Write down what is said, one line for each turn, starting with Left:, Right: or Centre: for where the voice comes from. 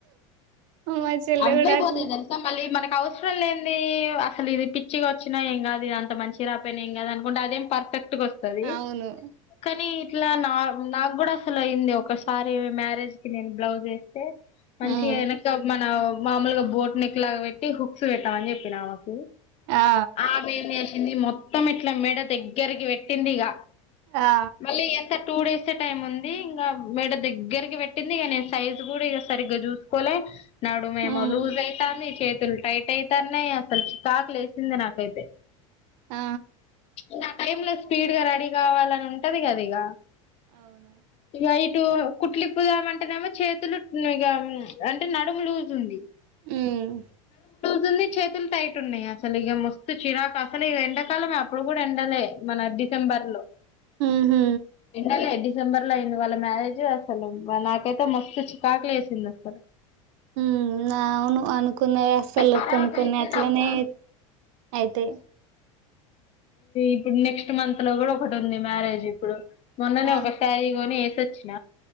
Right: మా చెల్లె
Left: అవ్వె
Right: కూడా అట్లా
Left: పోతై తెల్సా మళ్ళీ మనక్ అవసరం లేం ది అసలు ఇవి పిచ్చిగా వచ్చినయి ఏం గాదు అంత మంచిగా రాపోయినా ఏం కాదు అనుకుంటే అదే పర్ఫె ట్ గ వస్తది
Right: అవును
Left: కానీ ఇట్ల నా నాకు కూడా అసలు అయ్యింది ఒకసారి మ్యారేజ్ కి నేను బ్లౌజ్ ఎస్తే మంచిగ
Right: ఉమ్
Left: యనక్క మన మామూల్గా బోట్ నెక్ లాగ పెట్టి హుక్స్ పెట్టామని చెప్పిన ఆమెకి ఉ
Right: ఆ
Left: ఆమె ఏం జెష్ ఇది మొత్తం ఇట్ల మెడ దగ్గరికి పెట్టింది ఇగ
Right: ఆ
Left: మళ్ళీ ఎంతట్ టూ డేస్ టైం ఉంది ఇంగ మెడ దెగ్గర్కి పెట్టింది ఇగ నేను సైజ్ కూడా ఇక సరిగ్గా చూసుకోలే నడుము ఎమో
Right: ఉమ్
Left: లూజ్ అయితాంది చే సెల్ టైట్ అయితాన్నె అసలు షాక్ లేసింది నాకైతే
Right: ఆ
Left: ఇంకా ఆ టైమ్ లో స్పీడ్గా రెడీ కావాలని ఉంటది గదా ఇగ
Right: అవును
Left: ఇగ యి ఇటు కుట్లిప్పు ద్దామ్ అంటేనేమో చేతులు ఇగ అంటే నడుము లూజ్ ఉంది
Right: ఉమ్
Left: తుంది చేతులు టైట్ ఉన్నయి అసలు ఇగ మస్తు చిరాకు అసలు ఈ ఎండాకాలమే అప్పుడు కూడ ఎండలే మన డిసెంబర్ లో
Right: ఉహు
Left: ఎండలే అండి డిసెంబర్ లో అయింది వాళ్ళ మ్యారేజ్ అసలు నాకైతే మస్తు చికాకు ఎసింది అసలు
Right: ఉయ్ అవును అన్ కొన్న యి అసలు
Left: ఖరాబ్
Right: కొన్ని కొన్ని
Left: అయితే
Right: అట్లనే
Left: నాకు
Right: అయితే
Left: ఇప్పుడు నెక్స్ట్ మంత్ లో కూడా ఒకటి ఉంది. మ్యారేజ్ ఇప్పుడు మొన్ననే
Right: ఆ
Left: ఒక క్యారీ కొని తేచ్చిన